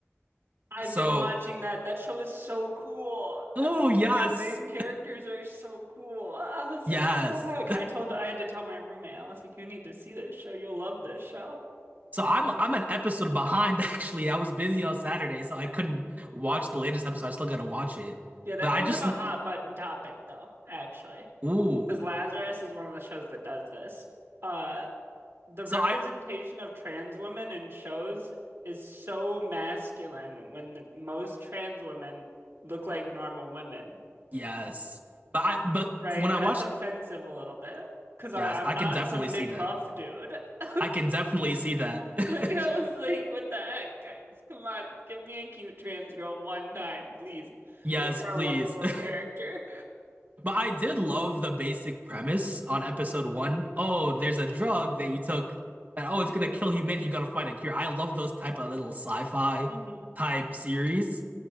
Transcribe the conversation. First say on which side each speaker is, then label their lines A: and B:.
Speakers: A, on the right; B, on the right.
A: I've
B: So,
A: been watching that. That show is so cool.
B: oh yes,
A: The main characters are so cool. I was
B: yes,
A: like, what the heck? I told I had to tell my roommate. I was like, you need to see this show. You'll love this show.
B: So I'm I'm an episode behind <laughs> actually. I was busy on Saturday, so I
A: Yeah,
B: couldn't watch the latest episode. I still gotta watch it.
A: Yeah, that
B: But I
A: brings
B: just
A: up a hot button topic though, actually,
B: ooh.
A: because Lazarus is one of the shows that does this. Uh, the
B: So
A: representation
B: I
A: of trans women in shows is so masculine when most trans women look like normal women.
B: yes. But I but
A: Right,
B: when I
A: that's
B: watched
A: offensive a little bit because I
B: yes,
A: I'm
B: I
A: not
B: can definitely
A: some
B: see
A: big
B: that.
A: buff dude. <laughs>
B: I can definitely see that. <laughs>
A: Like, <laughs> like I was like, what the heck, guys? Come on, give me a cute trans girl one time, please.
B: Yes,
A: Make her
B: please.
A: a lovable
B: <laughs>
A: character.
B: But I did love the basic premise on episode one. Oh, there's a drug that you took and oh, it's gonna kill humanity. You gotta find a cure. I love those type of little sci-fi
A: hmm
B: type series.